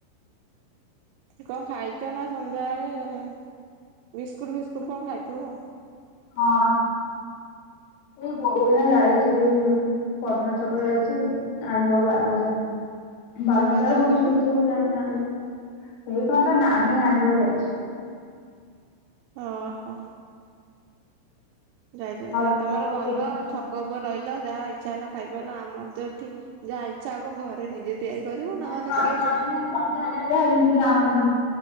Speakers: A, on the right; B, on the left.
A: କଣ ଖାଇଛ ନା ସନ୍ଧ୍ୟାବେଳେ ବିସ୍କୁଟ ଫିସ୍କୁଟ କଣ ଖାଇଥିବ।
B: ହଁ ଏଇ ବୋଉନା ଯାଇଛି ପଦ୍ମ ଛକ ଯାଇଛି। ଆଣିିବ ବାରା ମଜା। ବର
A: କୋ
B: ମଝା
A: ପାଇଁ ଯାଉଛନ୍ତି
B: ଆଉ ଗୁପଚୁପ୍ ଚୁ କଣ ଆଣିବ ହେଇ କଣ ତ ନାହିଁ ଆଣିବାକୁ ଯାଇଛି
A: ଓହୋ ଯାଇଛନ୍ତି
B: ଭାଉଜଙ୍କ
A: ଆଉ ତମର
B: ପାଇଁ କଣ
A: ଭଲ
B: ଚୁଡି ଫୁଡି ଆଣିବ
A: ଛକ
B: ନା କଣ
A: ଉପର ରହିଲ। ଯାହା ଇଚ୍ଛା ହେଲା ଖାଇବାର ଆମର ତ ଏଠି ଯାହା ଇଚ୍ଛା ହବ ଘରେ ନିଜେ ତିଆରି କରିବୁ
B: ମ
A: ନହେଲେ
B: ବା
A: କିଏ ଯେ
B: ସମଜ ହଲେନ୍ତି ଆଣନ୍ତି